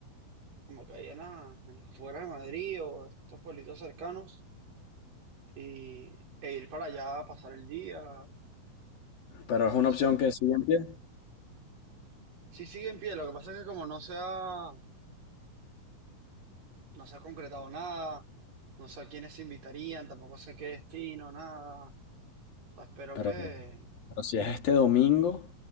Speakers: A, on the right; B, on the left.
A: como que ahí en, la- en las afueras de Madrid o estos pueblitos cercanos y, e ir para allá a pasar el día.
B: Pero es una
A: Ese-
B: opción que sigue en pie.
A: Sí sigue en pie, lo que pasa es que como no se ha No se ha concretado nada, no sé a quiénes se invitarían, tampoco sé qué destino, nada. Espero
B: Pero,
A: que...
B: pero si es este domingo